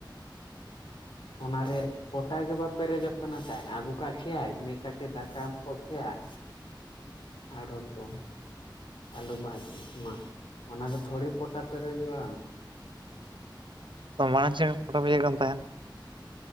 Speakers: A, on the left; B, on the right.
A: ᱚᱱᱟᱨᱮ ᱯᱚᱴᱟ ᱜᱮᱮ ᱵᱟᱫ ᱯᱮᱨᱮᱡᱚᱜ ᱛᱟᱭᱫ ᱟᱹᱜᱩ ᱠᱟᱜ ᱠᱮᱭᱟᱭ ᱢᱤᱫ ᱠᱟᱴᱤᱡ ᱫᱟᱠᱟ ᱮᱢ ᱠᱚᱜ ᱠᱮᱼᱟᱭ ᱟᱨᱦᱚ ᱛᱚ ᱟᱹᱞᱩ ᱵᱷᱟᱡᱤ ᱢᱟ ᱚᱱᱟ ᱫᱚ ᱛᱷᱚᱲᱤ ᱯᱚᱴᱟ ᱯᱮᱨᱮᱡᱚᱜᱼᱟ
B: ᱛᱚ ᱢᱟᱲᱟᱝ ᱪᱮᱫ ᱯᱷᱳᱴᱳ ᱵᱩᱡᱷᱟᱹ ᱠᱟᱱ ᱛᱟᱦᱮᱱ